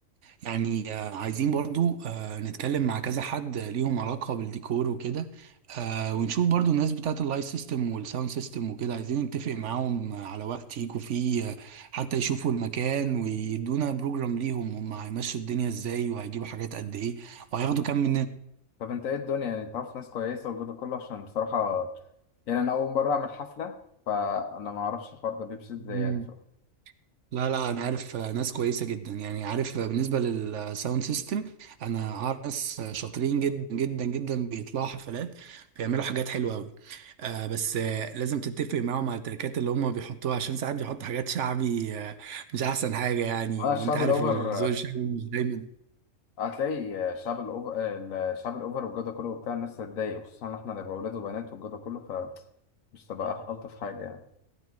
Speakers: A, on the right (about 65°); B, on the left (about 80°).
A: يعني آه، عايزين برضو آه، نتكلم مع كذا حد ليهم علاقة بالديكور وكده آه، ونشوف برضو الناس بتاعت اللايت سيستم والساوند سيستم وكده عايزين نتفق معاهم على وقت يجوا فيه آه، حتى يشوفوا المكان ويدونا بروجرام ليهم هم هيمشوا الدنيا ازاي وهيجيبوا حاجات قد ايه وهياخدوا كام
B: طب انت ايه الدنيا يعني تعرف ناس كويسه والجو ده كله عشان بصراحه يعني انا اول مره اعمل حفله فانا ما اعرفش الحوار ده بيمشي ازاي
A: مننا
B: يعني ف...
A: لا لا انا عارف ناس كويسه جدا يعني عارف بالنسبه للساوند سيستم انا عارف ناس شاطرين جدا جدا جدا بيطلعوا حفلات بيعملوا حاجات حلوه قوي آه بس آه لازم تتفق معاهم على التركات اللي هم بيحطوها عشان ساعات بيحطوا حاجات شعبي آه مش احسن حاجه يعني
B: انا
A: وانت
B: الشعب
A: عارف
B: الاوفر
A: الذوق الشعبي مش دايما
B: هتلاقي الشعب الاوفر الشعب الاوفر والجو ده كله وبتاع الناس هتتضايق خصوصا ان احنا نبقى اولاد وبنات والجو ده كله فمش تبقى الطف حاجه يعني